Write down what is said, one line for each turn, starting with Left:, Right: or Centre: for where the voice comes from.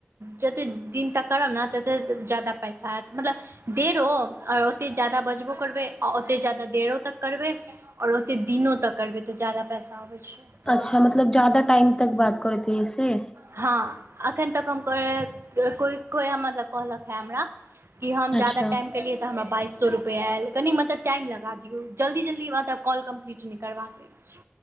Right: जते दिन तक करब ने, तते ज्यादा पैसा आयत, मतलब देरो, और ओते ज्यादा बजबो करबै, आ ओते ज्यादा देरो तक करबै। आओर ओते दिनो तक करबै तऽ, ज्यादा पैसा अबैत छै।
Left: अच्छा!
Right: ओहिसँ
Left: मतलब ज्यादा टाइम तक बात करैत रहियो से।
Right: हँ, एखन तक हम को कोइ मतलब कहलक हे हमरा। कि हम ज्यादा
Left: अच्छा
Right: टाइम केलियै तऽ, हमरा बाइस सौ रुपआ आयल कनि मत टाइम लगा दियो, जल्दी- जल्दी मतलब कॉल कम्पलीट नहि करबाक अछि।